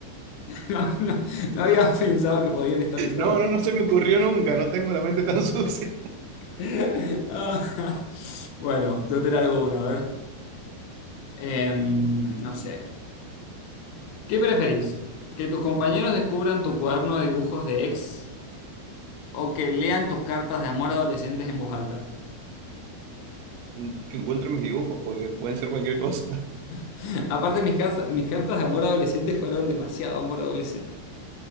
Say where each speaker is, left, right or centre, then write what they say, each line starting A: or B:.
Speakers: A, on the left (about 80°); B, on the right (about 80°).
A: No, no, no había pensado que podían estar usados.
B: No, no, no se me ocurrió nunca. No tengo la mente tan <laughs> sucia.
A: <laughs> Ah, Bueno, yo te largo una, a ver. Em, no sé. ¿Qué preferís? ¿Que tus compañeros descubran tu cuaderno de dibujos de ex? o que lean tus cartas de amor adolescentes en voz alta.
B: mm, que encuentro en mis dibujos, porque pueden ser cualquier cosa. <laughs>
A: <laughs> Aparte, mis, cas- mis cartas de amor adolescente fueron demasiado amor adolescente.